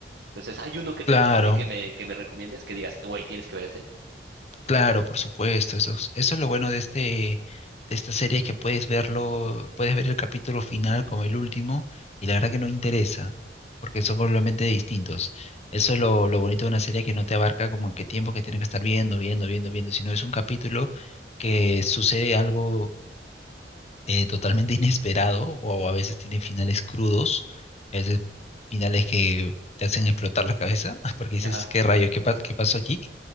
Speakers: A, on the right; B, on the left.
A: Entonces, ¿hay uno que te
B: Claro,
A: guste a ti que me, que me recomiendes? Que digas, güey, tienes que ver ese.
B: claro, por supuesto. Eso, es- eso es lo bueno de este, de esta serie, es que puedes verlo, puedes ver el capítulo final como el último, y la verdad que no interesa, porque son completamente distintos. Eso es lo, lo bonito de una serie que no te abarca como en qué tiempo que tienes que estar viendo, viendo, viendo, viendo, sino es un capítulo que sucede algo eh, totalmente inesperado o a veces tiene finales crudos, a veces finales que te hacen explotar la cabeza <laughs> porque dices,
A: Ajá.
B: ¿qué rayos? ¿Qué, pa- qué pasó aquí?